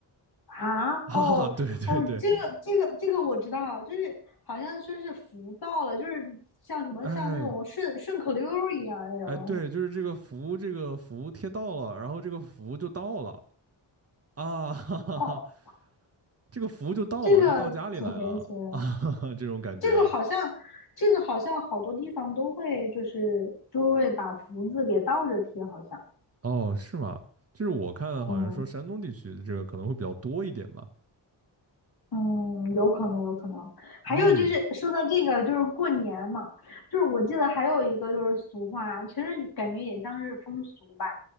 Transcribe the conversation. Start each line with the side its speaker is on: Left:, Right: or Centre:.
Left: 啊，
Right: 啊
Left: 哦哦，
Right: <laughs>，对对对，
Left: 这个这个这个我知道，就是好像说是福到了，就是像什么像那种顺顺口溜儿一样那种东西。
Right: 哎哎对，就是这个福这个福贴到了，然后这个福就到了啊，哈哈哈，
Left: 哦，
Right: 这个福就到了，
Left: 这个挺神奇的，
Right: 就到家里来了 <laughs>，这种感觉啊，
Left: 这个好像这个好像好多地方都会就是就会把福字给倒着贴，好像。
Right: 哦是吗？就是我看好像说山东地区的这个可能会比较多一点吧，
Left: 嗯。嗯，有可能，有可能。还有就是说到这个，
Right: 嗯
Left: 就是过年嘛，就是我记得还有一个就是俗话，其实感觉也像是风俗吧，